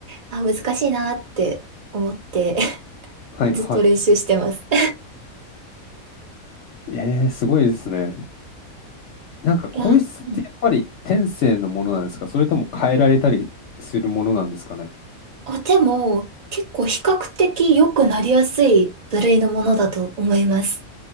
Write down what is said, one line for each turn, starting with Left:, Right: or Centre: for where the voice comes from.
Right: あ、難しいなって思って <laughs>
Left: はいは
Right: ずっと練習してます。<laughs>
Left: い。えー、すごいですね。なんか声質ってやっぱり天性のものなんですかそれとも変えられたりするものなんですかね
Right: いや、うんあ、でも、結構比較的良くなりやすい部類のものだと思います。